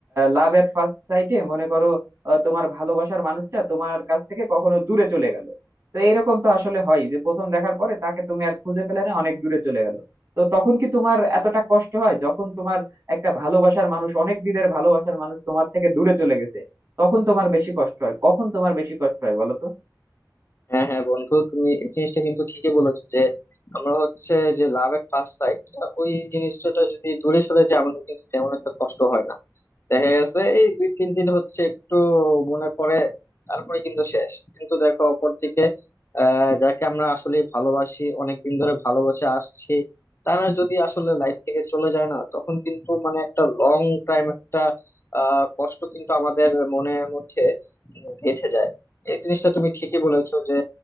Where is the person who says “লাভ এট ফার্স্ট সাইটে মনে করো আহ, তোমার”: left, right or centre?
Right